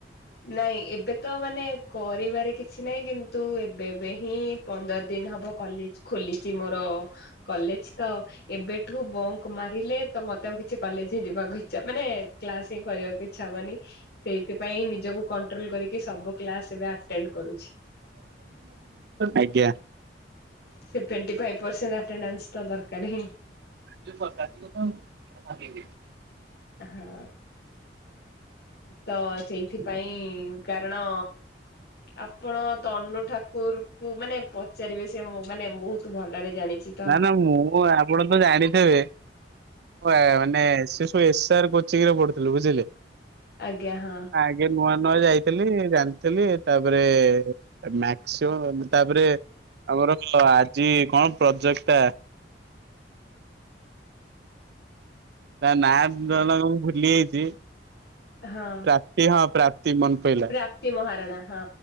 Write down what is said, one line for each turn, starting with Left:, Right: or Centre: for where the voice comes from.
Left: ନାଇଁ ଏବେ ତ ମାନେ କରିବାରେ କିଛି ନାଇଁ କିନ୍ତୁ ଏବେ ବେ ହିଁ। ପନ୍ଦର ଦିନ ହବ କଲେଜ ଖୋଲିଛି ମୋର କଲେଜ ତ ଏବେଠୁ ବଙ୍କ୍ ମାରିଲେ ତ ମତେ ଆଉ କିଛି କଲେଜ ହିଁ ଯିବାକୁ ମାନେ କ୍ଲାସ ହିଁ କରିବାକୁ ଇଚ୍ଛା ହବନି ସେଇଥିପାଇଁ ନି କୁ କଂଟ୍ରୋଲ କରିକି ସବୁ କ୍ଲାସ ଏବେ ଅଟ୍ଟେଣ୍ଡ କରୁଛି।
Right: ଆଜ୍ଞା
Left: ସେଭେଟ୍ୱଣ୍ଟିଫାଇଭ ପରସେଣ୍ଟ ଅଟ୍ଟେଣ୍ଡାନ୍ସ ତ ଦରକାର ହିଁ।
Right: ଯେଉଁ <inaudible> ଆଗେଇବେ।
Left: ହଁ ତ ସେଇଥିପାଇଁ କାରଣ ଆପଣ ତନୁ ଠାକୁରୁ କୁ ମାନେ ପଚାରିବେ ସେ ମୁଁ ମାନେ ବହୁତ ଭଲରେ ଜାଣିଚି।
Right: ନା ନା ମୁଁ ଆପଣ ତ ଜାଣିଥିବେ ଆଁ ମାନେ ସେ ସବୁ ଏସ୍ ଆର କୋଚିଂରେ ପଢୁଥିଲୁ ବୁଝିଲେ।
Left: ଆଜ୍ଞା ହଁ।
Right: ଆଗେ ନୂଆ ନୂଆ ଯାଇଥିଲି ଜାଣିଥେଲି ତାପରେ ମ୍ୟାକ୍ସ୍ଓ ତାପରେ ଆମର ଆଜି କଣ ପ୍ରଜୋକ୍ତା ତା ନା କଣ ମୁଁ ଭୁଲି ଆଇଚି।
Left: ହଁ।
Right: ପ୍ରାପ୍ତି ହଁ ପ୍ରାପ୍ତି ମନ ପଇଲା।
Left: ପ୍ରାପ୍ତି ମହାରଣା ହଁ।